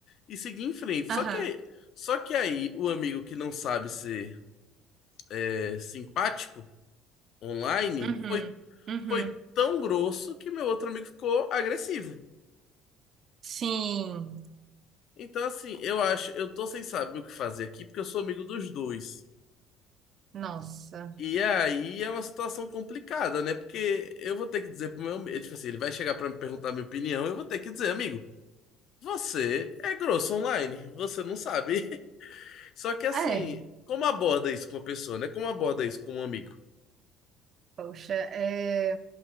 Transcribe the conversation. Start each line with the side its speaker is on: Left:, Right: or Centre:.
Left: e seguir em frente.
Right: Aham.
Left: Só que, só que aí o amigo que não sabe ser é, simpático. online
Right: Uhum.
Left: foi,
Right: Uhum.
Left: foi tão grosso que meu outro amigo ficou agressivo.
Right: Sim.
Left: Então, assim, eu acho, eu tô sem saber o que fazer aqui, porque eu sou amigo dos dois.
Right: Nossa.
Left: E aí é uma situação complicada, né? Porque eu vou ter que dizer pro meu amigo, tipo assim, ele vai chegar pra me perguntar a minha opinião, eu vou ter que dizer, amigo, você é grosso online, você não sabe. <laughs> Só que assim,
Right: É.
Left: como aborda isso com uma pessoa, né? Como aborda isso com um amigo?
Right: Poxa, é.